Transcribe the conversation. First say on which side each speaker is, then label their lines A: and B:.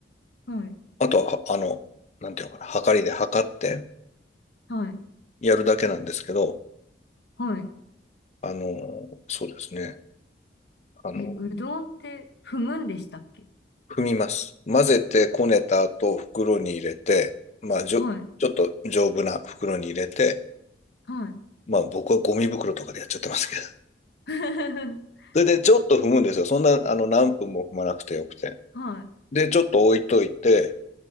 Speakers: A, on the left; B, on the left.
A: い、はい、
B: あとは、あの、なんていうのかな、はかりで測って
A: はい、
B: やるだけなんですけど、
A: はい。
B: あの、そうですね。あの、
A: え、うどんって踏むんでしたっけ
B: 踏みます。混ぜてこねた後、袋に入れて、まあ、じょ、
A: はい、
B: ちょっと丈夫な袋に入れて、
A: はい。
B: まあ、僕はゴミ袋とかでやっちゃってますけど。<laughs>
A: <laughs>
B: それで、ちょっと踏むんですよ。そんな、あの、何分も踏まなくてよくて。
A: はい、
B: で、ちょっと置いといて、